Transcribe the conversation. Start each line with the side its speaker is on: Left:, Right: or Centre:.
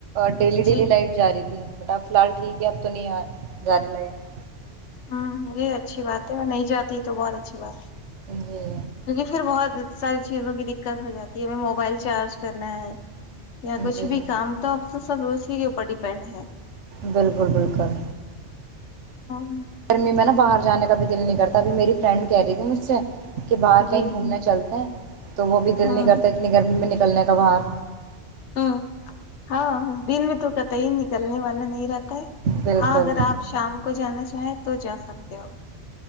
Right: ڈیلی
Left: جی
Right: ڈیلی لائٹ جا رہی تھی بٹ اب فی الحال ٹھیک ہے اب تو نہیں گاری لائٹ
Left: ہوں یہ اچھی بات ہے اور نہیں جاتی تو بہت اچھی بات
Right: جی
Left: ہے یک پھر بہت ساری چیزوں کی دقت ہو جاتی ہے ہمیں موبائل چارج کرنا ہے یا کچھ
Right: جی جی
Left: بھی کام تو اب تو سب اسی کے اوپر ڈیپینڈ ہے
Right: بالکل بالکل
Left: اور
Right: گرمی میں نا باہر جانے کا بھی دل نہیں کرتا ابھی میری فرینڈ کہہ رہی تھی مجھ سے کہ باہر
Left: جی
Right: کہیں گھومنا چلتے ہیں تو وہ بھی دل
Left: ہوں
Right: نہیں کرتا اتنی گرمی میں ن چلنے کا باہار
Left: ہ ہاں دن میں تو کت ہی نکلنے والا نہیں رہتا ہے
Right: بالکل
Left: ہاں اگر آپ شام کو جانااہ چاہے تو جا سکتا ا <unintelligible>